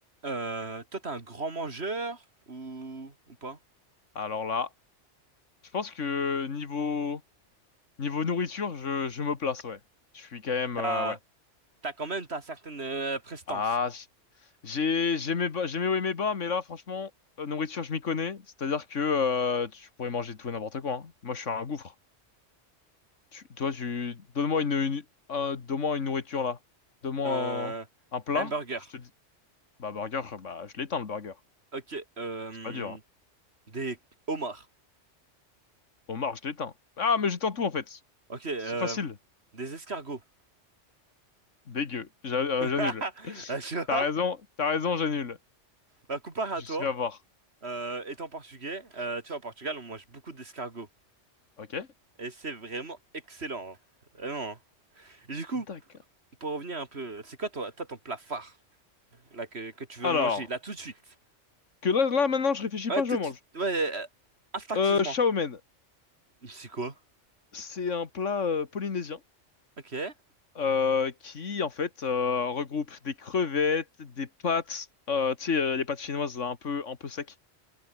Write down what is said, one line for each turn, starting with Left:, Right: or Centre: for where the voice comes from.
Right: Euh, toi, t'es un grand mangeur ou, ou pas?
Left: Alors là, je pense que niveau niveau nourriture, je, je me place, ouais. Je suis quand même
Right: T'as,
Left: euh, ouais.
Right: t'as quand même t'as certaines euh, prestances.
Left: Ah, j- j'ai j'ai mes bas, j'ai mes hauts et mes bas, mais là franchement, euh, nourriture, je m'y connais, c'est-à-dire que euh, tu pourrais manger tout et n'importe quoi. hein. Moi, je suis un gouffre. Tu, toi, tu donne-moi une, une- euh, donne-moi une nourriture là. Donne-moi
Right: Euh,
Left: un, un plat,
Right: un burger.
Left: je te dis bah burger, bah je l'éteins le burger.
Right: Ok. euh,
Left: C'est pas dur. Hein.
Right: des homards.
Left: Homard, je l'éteins. Ah, mais j'éteins tout en fait.
Right: Ok. euh,
Left: C'est facile.
Right: des escargots.
Left: Dégueu. J'a- euh,
Right: <laughs>
Left: J'annule.
Right: Euh, Tu vois?
Left: T'as raison, t'as raison, j'annule.
Right: Bah, comparé à
Left: Je
Right: toi,
Left: suis à voir.
Right: euh, étant portugais, euh, tu vois, au Portugal, on mange beaucoup d'escargots.
Left: Ok?
Right: Et c'est vraiment excellent. hein. Vraiment. hein. Et du coup,
Left: D'accord.
Right: pour revenir un peu, c'est quoi toi, toi, ton plat phare là, que, que tu veux
Left: Alors,
Right: manger là tout de suite?
Left: que là, là, maintenant, je réfléchis
Right: Ouais,
Left: pas,
Right: tout
Left: je mange.
Right: de suite, ouais, euh, instinctivement.
Left: Euh, chow mein,
Right: C'est quoi?
Left: c'est un plat euh, polynésien
Right: Ok.
Left: euh, qui, en fait, euh, regroupe des crevettes, des pâtes, euh, tu sais, euh, les pâtes chinoises, là, un peu, un peu sec.